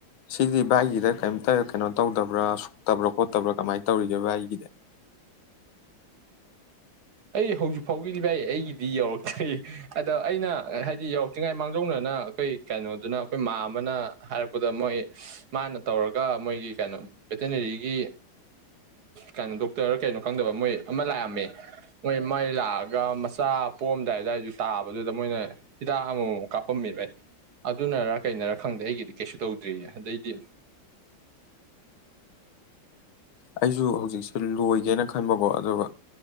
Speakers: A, on the left (about 80°); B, on the right (about 60°).
A: ꯁꯤꯗꯤ ꯕꯥꯏꯒꯤꯗ ꯀꯩꯝꯇ ꯀꯩꯅꯣ ꯇꯧꯗꯕ꯭ꯔꯥ ꯁꯣꯛꯇꯕ꯭ꯔꯥ ꯈꯣꯠꯇꯕ꯭ꯔꯥ ꯀꯃꯥꯏꯅ ꯇꯧꯔꯤꯒꯦ ꯕꯥꯏꯒꯤꯗ
B: ꯑꯩ ꯍꯧꯖꯤꯛ ꯐꯥꯎꯒꯤꯗꯤ ꯚꯥꯏ ꯑꯩꯒꯤꯗꯤ ꯌꯧꯔꯛꯇ꯭ꯔꯤ ꯑꯗ ꯑꯩꯅ ꯍꯥꯏꯗꯤ ꯌꯧꯔꯛꯇ꯭ꯔꯤꯉꯩ ꯃꯥꯡꯖꯧꯅꯅ ꯑꯩꯈꯣꯏ ꯀꯩꯅꯣꯗꯨꯅ ꯑꯩꯈꯣꯏ ꯃꯥ ꯑꯃꯅ ꯍꯥꯏꯔꯛꯄꯗ ꯃꯣꯏ ꯃꯥꯅ ꯇꯧꯔꯒ ꯃꯣꯏꯒꯤ ꯀꯩꯅꯣ ꯚꯦꯇꯤꯅꯔꯤꯒꯤ ꯀꯩꯅꯣ ꯗꯣꯛꯇꯔ ꯀꯩꯅꯣ ꯈꯪꯗꯕ ꯃꯣꯏ ꯑꯃ ꯂꯥꯛꯑꯝꯃꯦ ꯃꯣꯏ ꯃꯥꯏ ꯂꯥꯛꯑꯒ ꯃꯆꯥ ꯄꯣꯑꯝꯗꯥꯏ ꯑꯗꯨꯋꯥꯏꯁꯨ ꯇꯥꯕꯗꯨꯗ ꯃꯣꯏꯅ ꯍꯤꯗꯥꯛ ꯑꯃꯃꯝꯛ ꯀꯥꯞꯄꯝꯃꯦꯕ ꯑꯗꯨꯅꯔ ꯀꯩꯅꯣꯔꯥ ꯈꯪꯗꯦ ꯑꯩꯒꯤꯗꯤ ꯀꯩꯁꯨ ꯇꯧꯗ꯭ꯔꯤꯌꯦ ꯑꯗꯩꯗꯤ
A: ꯑꯩꯁꯨ ꯍꯧꯖꯤꯛꯁꯨ ꯂꯣꯏꯒꯦꯅ ꯈꯟꯕꯀꯣ ꯑꯗꯨꯒ